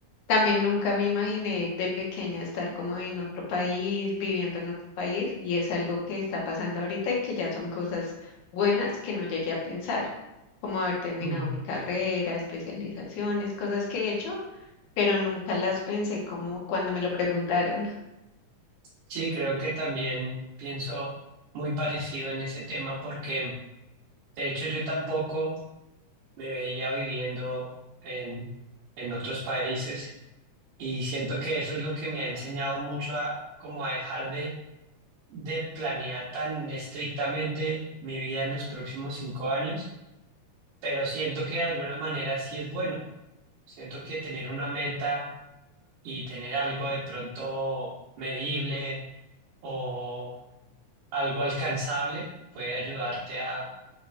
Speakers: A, on the left; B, on the right.
A: También nunca me imaginé de pequeña estar como en otro país, viviendo en otro país, y es algo que está pasando ahorita y que ya son cosas buenas que no llegué a pensar, como haber terminado
B: Mm,
A: mi carrera, especializaciones, cosas que he hecho pero nunca las pensé como cuando me lo preguntaron. <laughs>
B: Sí, creo que también pienso muy parecido en ese tema porque... De hecho, yo tampoco me veía viviendo en, en otros países y siento que eso es lo que me ha enseñado mucho a como a dejar de, de planear tan estrictamente mi vida en los próximos cinco años, pero siento que de alguna manera sí es bueno. Siento que tener una meta y tener algo de pronto medible o algo alcanzable puede ayudarte a,